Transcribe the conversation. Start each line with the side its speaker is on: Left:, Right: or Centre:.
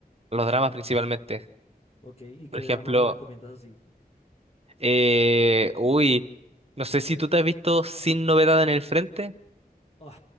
Right: los dramas principalmente.
Left: Ok, ¿y
Right: Por
Left: qué
Right: ejemplo,
Left: drama me recomiendas así?
Right: eh, uy, no sé si tú te has visto Sin Novedad en el Frente,
Left: Oh,